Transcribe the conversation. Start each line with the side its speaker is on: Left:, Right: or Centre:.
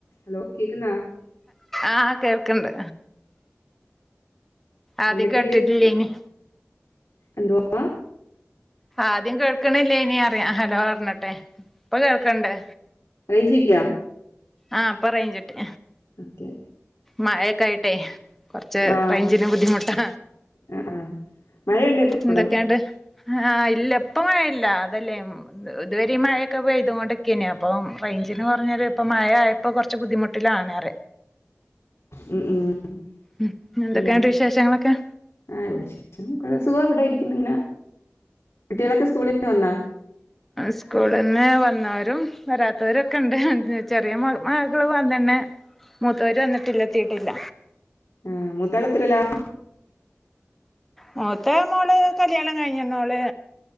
Left: Hello കേക്കുന്നാ
Centre: ആഹ് കേൾക്കിണ്ട് ആദ്യ
Left: എന്തൊക്കെയുണ്ട്
Centre: കേട്ടിട്ടില്ലേ ഇനി
Left: എന്തുവാ
Centre: ആദ്യം കേൾക്കണില്ലേ ഇനി അറിയാ ഹലോ പറഞ്ഞട്ടേ ഇപ്പൊ കേൾക്കണ്ടേ
Left: റേഞ്ച് കിട്ടിയാ
Centre: ആഹ് പറയിൻ ചിട്ടെ
Left: ഓക്കെ
Centre: മഴയൊക്കായിട്ടേ കൊറച്ച്
Left: ആ
Centre: റേഞ്ചന് ബുദ്ധിമുട്ടാ
Left: ആ ആ മഴയുണ്ടോ ഇപ്പൊ അവിടെ
Centre: എന്തൊക്കെയാണ്ട് ആഹ് ഇല്ലപ്പ മഴയില്ലാ അതല്ലേ ഉം ഇതുവരെ ഈ മഴയൊക്കെ പെയ്തോണ്ടിക്കേന് അപ്പൊ റേഞ്ചിന് പറഞ്ഞാല് ഇപ്പം മഴയായപ്പോ കൊറച്ച് ബുദ്ധിമുട്ടിലാണ്റ്യാ
Left: ഉം ഉം
Centre: ഉം എന്തൊക്കെയാണ്ട്
Left: പിന്നാ
Centre: വിശേഷങ്ങളൊക്കെ
Left: ആഹ് <unintelligible> കുറേ സുഗോ ഇവിടെ ഇടാരിക്ക്ന്ന്‌ ഇങ്ങനെ കുട്ടികളൊക്കെ സ്കൂളിൽ വന്നാ
Centre: സ്കൂളിന്ന് വന്നോരും വരാത്തവരൊക്കെ ഇണ്ട് എന്ത് ചെറിയമക- മകള് വന്നണെ മൂത്തവര് വന്നിട്ടില്ലാ എത്തീട്ടില്ല
Left: ആഹ് മുതളത്രേല്ലാ
Centre: മുത്ത മോള് കല്യാണം കഴിഞ്ഞണവള്